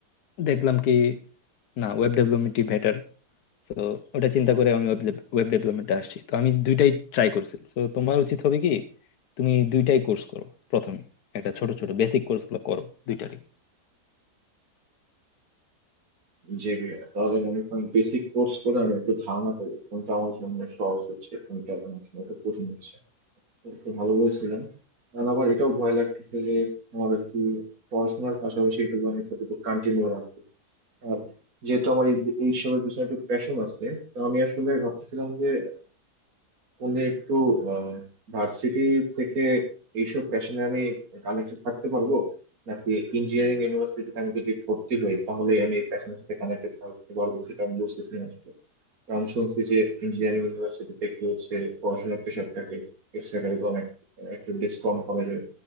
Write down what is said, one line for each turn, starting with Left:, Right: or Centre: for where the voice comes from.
Left: দেখলাম কি না ওয়েব ডেভেলপমেন্টই বেটার তো ওটা চিন্তা করে আমি ওয়েব ডেভেলপমেন্টে আসছি তো আমি দুইটাই ট্রাই করছি তো তোমার উচিত হবে কি তুমি দুইটাই কোর্স করো প্রথমে একটা ছোট ছোট বেসিক কোর্সগুলো করো দুইটারই
Right: যে আহ, তাহলে মনে করেন বেসিক কোর্স করে আমি একটু ধারণা পাবো কোনটা আমার জন্য সহজ হচ্ছে কোনটা আমার জন্য একটু কঠিন হচ্ছে এটা তো ভালো বলছিলেন আর আবার এটাও ভয় লাগতেছে যে আমার আর কি পড়াশোনার পাশাপাশি এটুকু আমি কতটুকু কন্টিনিউ রাখবো আর যেহেতু আমার এই এইসবের পিছনে একটু প্যাশন আছে তো আমি আসলে ভাবতেছিলাম যে উনি একটু ভার্সিটি থেকে এইসব প্যাশনে আমি কানেক্টেড থাকতে পারবো নাকি ইঞ্জিনিয়ারিং ইউনিভার্সিটিতে আমি যদি ভর্তি হই তাহলে আমি এই প্যাশনের সাথে কানেক্টেড থাকতে পারবো সেটা আমি বুঝতেছি না আসলে কারণ শুনছি যে ইঞ্জিনিয়ারিং ইউনিভার্সিটিতে একটু হচ্ছে পড়াশোনার প্রেশার থাকে এক্সট্রা কারিকুলাম অ্যাক্টিভিটিস কম করা যায়